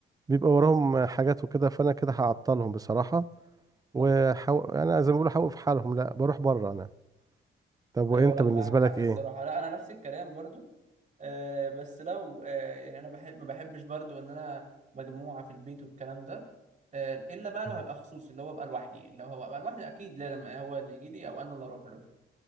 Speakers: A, on the right; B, on the right.
A: بيبقى وراهم حاجات وكده فانا كده هعطلهم بصراحه وحو...
B: صح
A: انا زي ما بقول هوقف حالهم لا بروح بره انا طب وانت
B: ايوه لا
A: بالنسبه
B: معاك حق
A: لك
B: الصراحه
A: ايه
B: لا انا نفس الكلام برضو آه بس لو آه يعني انا بحب ما بحبش برضو ان انا مجموعه في البيت والكلام ده آه الا بقى لو
A: مم.
B: هبقى خصوصي اللي هو ابقى لوحدي لو هو ابقى لوحدي اكيد لازم هو اللي يجي لي او انا اللي اروح له